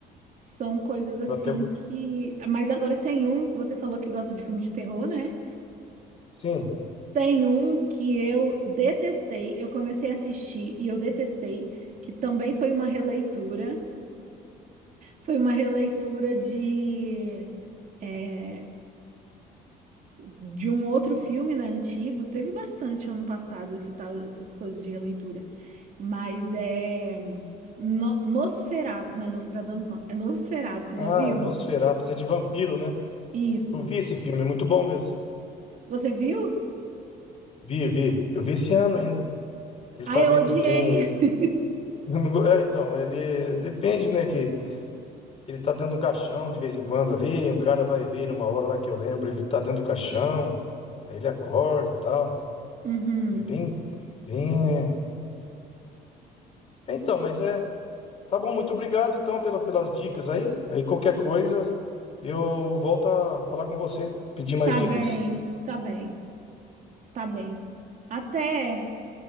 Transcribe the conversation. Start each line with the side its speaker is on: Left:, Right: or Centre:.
Right: São coisas assim
Left: eu até
Right: que. Mas agora tem um, você falou que gosta de filme de terror, né?
Left: sim.
Right: Tem um que eu detestei, eu comecei a assistir e eu detestei, que também foi uma releitura. Foi uma releitura de. é, de um outro filme, né, antigo, teve bastante ano passado esse tal, essas coisas de releitura. Mas é no, Nosferatu, né? Nostradamus não. É Nosferatu, você já
Left: Ah,
Right: viu?
Left: é Nosferatu, é de vampiro, né?
Right: Isso.
Left: Eu vi esse filme, é muito bom mesmo.
Right: Você viu?
Left: Vi, vi. Eu vi esse ano ainda. Ele
Right: Ah,
Left: tá
Right: eu
Left: bem,
Right: odiei.
Left: não tem.
Right: <laughs>
Left: <laughs> É, então, ele depende, né? que Ele tá dentro de um caixão de vez em quando ali, um cara vai ver ele uma hora lá que eu lembro, ele tá dentro do caixão, aí ele acorda tal.
Right: Uhum.
Left: É bem, bem. é. É, Então, mas é. Tá bom, muito obrigado então pela, pelas dicas aí. Aí qualquer coisa eu volto a falar com você, pedir mais
Right: Tá
Left: dicas.
Right: bem, tá bem, tá bem. Até,